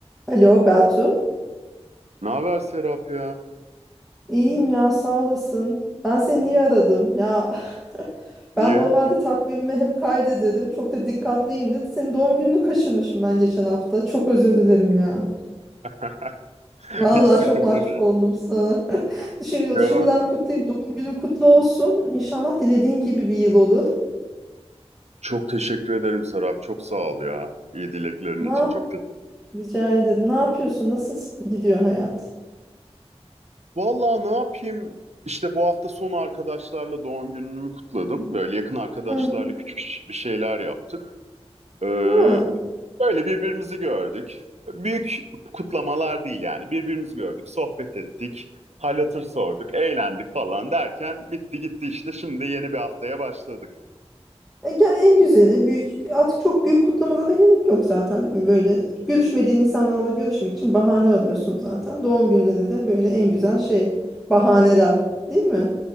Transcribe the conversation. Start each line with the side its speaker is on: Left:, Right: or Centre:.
Centre: Alo Beltu.
Right: Ne haber Serap ya?
Centre: İyiyim ya sağ olasın. Ben seni niye aradım? Ya <laughs>
Right: Niye?
Centre: ben normalde takvimimi hep kaydederim. Çok da dikkatliyim dedi. Senin doğum gününü kaçırmışım ben geçen hafta. Çok özür dilerim ya.
Right: <laughs>
Centre: Vallahi
Right: Hiç sıkıntı
Centre: çok mahcup
Right: değil.
Centre: oldum sana. <laughs> Şimdi,
Right: Ya
Centre: şimdiden kutlayayım. Doğum günün kutlu olsun. İnşallah dilediğin gibi bir yıl olur.
Right: Çok teşekkür ederim Serap. Çok sağ ol ya. İyi dileklerin
Centre: Ne
Right: için.
Centre: yap?
Right: Çok teşekkür
Centre: Rica ederim. Ne yapıyorsun? Nasıl gidiyor hayat?
Right: Vallahi ne yapayım? İşte bu hafta sonu arkadaşlarla doğum günümü kutladım. Böyle yakın arkadaşlarla
Centre: Hı.
Right: küçük bir şeyler yaptık. Ee,
Centre: Ha.
Right: böyle birbirimizi gördük. Büyük kutlamalar değil yani. Birbirimizi gördük, sohbet ettik, hal hatır sorduk, eğlendik falan derken bitti gitti işte. Şimdi de yeni bir haftaya başladık.
Centre: E, gel- En güzeli büyük, artık çok büyük kutlamalara gerek yok zaten. değil mi? Böyle görüşmediğin insanlarla görüşmek için bahane arıyorsun zaten. Doğum günleri de böyle en güzel şey bahaneler değil mi?